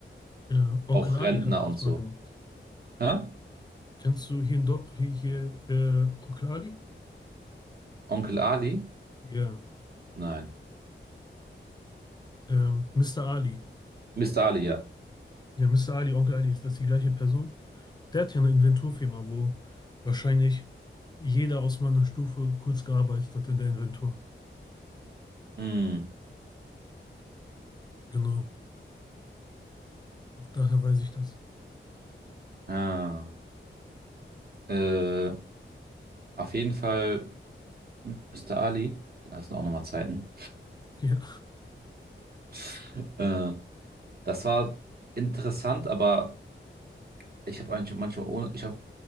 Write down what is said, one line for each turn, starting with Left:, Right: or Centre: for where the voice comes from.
Left: Ja. Onkel
Right: Auch
Left: Ali
Right: Rentner
Left: hatte das
Right: und so.
Left: mal gemacht.
Right: Hä?
Left: Kennst du hier in Do hier, hier äh, Onkel Ali?
Right: Onkel Ali?
Left: Ja.
Right: Nein.
Left: Ähm, Mr. Ali.
Right: Mister Ali, ja.
Left: Ja, Mister Ali, Onkel Ali, ist das die gleiche Person? Der hat ja eine Inventurfirma, wo wahrscheinlich jeder aus meiner Stufe kurz gearbeitet hat in der Inventur.
Right: Hm.
Left: Genau, daher weiß ich das. <laughs>
Right: Ah. Äh, auf jeden Fall Mister Ali. Das sind auch nochmal Zeiten.
Left: Ja,
Right: <laughs> Äh, das war interessant, aber ich habe eigentlich manchmal, ohne, ich hab,